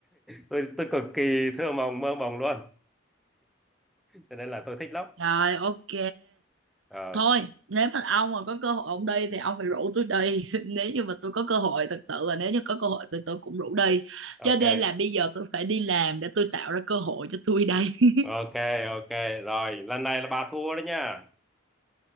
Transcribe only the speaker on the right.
Rồi ok.
Thôi, nếu mà ông mà có cơ hội ông đi thì ông phải rủ tôi đi. <laughs> Nếu như mà tôi có cơ hội thật sự là nếu như có cơ hội thì tôi cũng rủ đi.
Cho nên là bây giờ tôi phải đi làm để tôi tạo ra cơ hội cho tôi đây. <laughs>